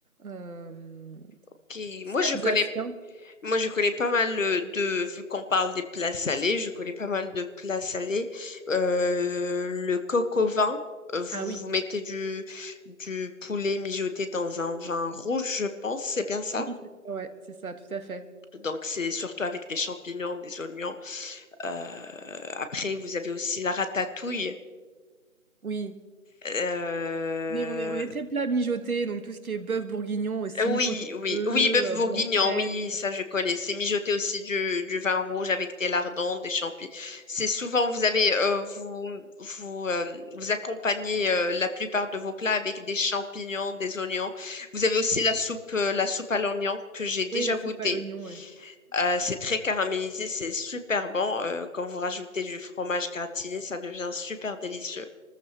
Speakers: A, on the right; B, on the left.
A: Euh,
B: Ok,
A: c'est
B: moi je
A: alsacien.
B: connais, moi je connais pas mal euh, de, vu qu'on parle des plats salés, je connais pas mal de plats salés. Euh, le coq au vin, euh, vous
A: Ah oui,
B: vous mettez du du poulet mijoté dans un vin rouge, je pense, c'est bien ça?
A: oui, c'est ça, ouais, c'est ça, tout à fait.
B: Donc c'est surtout avec des champignons, des oignons. Euh, après vous avez aussi la ratatouille.
A: Oui.
B: Euh,
A: Mais on est, on est très plat mijoté, donc tout ce qui est bœuf bourguignon aussi,
B: Oui,
A: pot au
B: oui,
A: feu,
B: oui, bœuf
A: euh,
B: bourguignon,
A: blanquette.
B: oui, ça je connais. C'est mijoter aussi du, du vin rouge avec des lardons, des champignons. C'est souvent, vous avez, euh, vous, vous, euh, vous accompagnez euh, la plupart de vos plats avec des champignons, des oignons. Vous avez aussi la soupe, euh, la soupe à l'oignon que j'ai déjà
A: Oui, la
B: goûtée.
A: soupe à l'oignon, ouais.
B: Euh, c'est très caramélisé, c'est super bon. Euh, quand vous rajoutez du fromage gratiné, ça devient super délicieux.